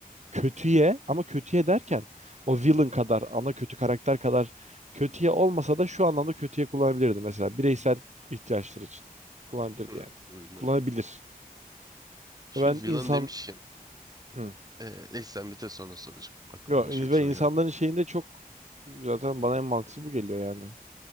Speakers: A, on the right; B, on the right.
A: kötüye ama kötüye derken o villain kadar ana kötü karakter kadar kötüye olmasa da şu anlamda kötüye kullanabilirdi mesela bireysel ihtiyaçları için kullanabilirdi
B: Hı,
A: yani.
B: anladım.
A: Kullanabilir.
B: Şimdi
A: Ben
B: villain
A: insan
B: demişken
A: Hı.
B: e, neyse sen bitir sonra soracağım. Aklıma
A: Yo,
B: başka
A: ve
B: bir soru
A: insanların
B: geldi.
A: şeyinde çok zaten bana en mantıklı bu geliyor yani.